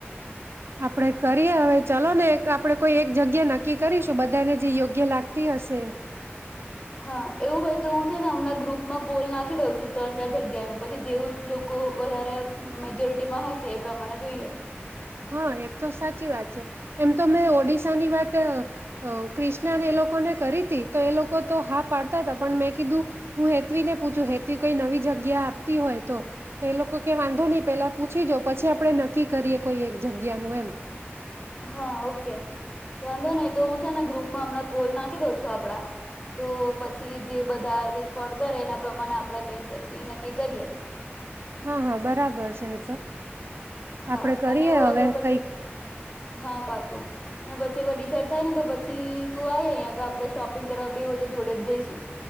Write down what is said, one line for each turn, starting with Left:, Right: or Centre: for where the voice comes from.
Right: આપણેે કરીએ હવે ચલો ને આપણે કોઈ એક જગ્યા નક્કી કરીશું બધાને જે યોગ્ય લાગતી હશે.
Left: હા એવું હોય તો હું છે ને હમણાં ગ્રુપમાં પોલ નાખી દઉં છું ત્રણ ચાર જગ્યાનું પછી જેવું લોકો વધારે મેજોરિટીમાં હશે એ પ્રમાણે જોઈએ.
Right: હા એ તો સાચી વાત છે એમ તો મેં ઓડિશાની વાત ક્રિષ્નાને એ લોકોને કરી હતી તો એ લોકો તો હા પાડતા હતા પણ મેં કીધું હું હેતવીને પૂછું હેતવી કઈ નવી જગ્યા આપતી હોય તો તો એ લોકો ક વાંધો નહી પેલા પૂછી જો પછી આપણે નક્કી કરીએ કોઈ એક જગ્યા નું એમ.
Left: હા ઓકે વાંધો નહી તો હું છે ને ગ્રુપમાં હમણાં પોલ નાખી દઉં છું આપડા તો પછી જે બધા રિસ્પોન્ડ કરે એના પ્રમાણે આપણેે કઈક પછી નક્કી કરીએ
Right: હા હા બરાબર છે એ તો.
Left: હા
Right: આપડે કરીએ
Left: અને એવું હોય
Right: હવે
Left: તો પછી.
Right: કઈક
Left: હા પાકું. અને પછી એક વાર ડિસાઇડ થાય ને તો પછી તું આ અહીંયા તો આપડે શોપિંગ કરવા બે હો તો જોડે જઈશું.